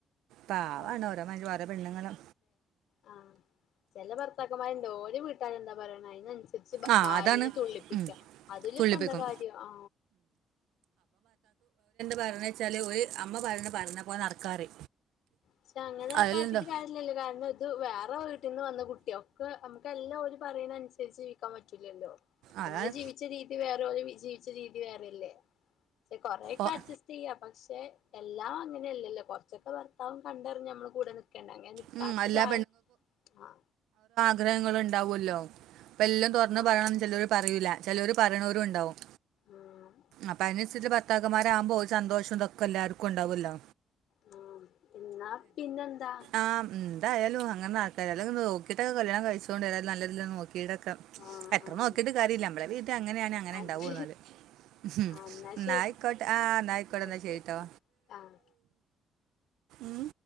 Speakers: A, on the right; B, on the left.
A: പാവാണ്
B: ആഹ്
A: ഓരോ മ ഓരോ പെണ്ണുങ്ങള്
B: ആ ചെല ഭർത്താക്കന്മാര്ണ്ട് ഓലെ വീട്ടാരെന്താ പറയണെ അയിനൻസ രി
A: ആ
B: ഭാര്യനെ
A: അതാണ്
B: തുള്ളിപ്പിക്കുക
A: ഉം.
B: അതില
A: തുള്ളിപ്പിക്കും
B: ഇപ്പ എന്താ കാര്യ ആ
A: പറഞ്ഞ വെച്ചാല് ഒരു അമ്മ പറഞ്ഞഞ് പറഞ്ഞ പോല നടക്കാറ്
B: പക്ഷെ അങ്ങനെെട്ടിട്ട്
A: അതിലുണ്ടോ
B: കാര്യമല്ലോ കാരണം ഇത് വേറെ വീട്ടിന്ന് വന്ന കുട്ടിയോ ന നമുക്ക എല്ലാം ഒരു പറയുന്നനുസരിച്ച് ജീവിക്കാൻ പറ്റൂില്ലല്ലോ
A: അതാണ്
B: നമ്മള് ജീവിച്ച രീതി വേറെ ജീവിച്ച രീതി വേറെല്ലേ പക്ഷെ കൊറെേൊക്കെ
A: ഓ-
B: അഡ്ജസ്റ്റ് ചെയ്യ പക്ഷെ പക്ഷെ എല്ലാം അങ്ങനെയല്ലല്ലോ കുറച്ചൊക്കെ പറ അതാവ കണ്ടറ നമ്മൾ കൂടെ ക്കണ്ടങ്ക നിക്കാത്ത
A: ഉം, എല്ലാ
B: സ ആഹ
A: ആഗ്രഹങ്ങൾ ഉണ്ടാവുമല്ലോ അപ്പ എല്ലാം തുറന്ന്
B: ആഹ്
A: പറയണംന്ന് ചിലർ പറയൂല്ല ചിലർ പറയണവരുുംണ്ടാവും
B: ആഹ്
A: അപ്പൊ അതിന ഭർത്തകമാരാകുമ്പോൾ സന്തോഷം ഇതൊക്കെ എല്ലാ ആർക്കും ഉണ്ടാവല്ലോ
B: ആഹ എന്നാ പിന്നെ എന്താ
A: ആ ഉം, എന്തായാലും അങ്ങന നാട്ട്കാരൊക്കെ നോക്കിട്ടൊക്കെ കല്യാണം കഴിച്ചോണ്ട് വര നല്ലതിനെ നോക്കി ടൊക്കെ
B: ആഹ്
A: എത്ര
B: ആഹ്
A: നോക്കിട്ട് കാര്യല്ല നമ്മളെ വീട്ട അങ്ങനെയാണ് അങ്ങനെ
B: അത്
A: ഇണ്ടാവൂന്നല് ഹും
B: ആഹ്
A: എന്നാ
B: ശരി
A: യിക്കോട്ട് ആ്ന്നായിക്കോട്ടഎന്നാ
B: ഓക്കെ
A: ശരീട്ടോ
B: ഓക്കെ ആഹ്
A: ഉം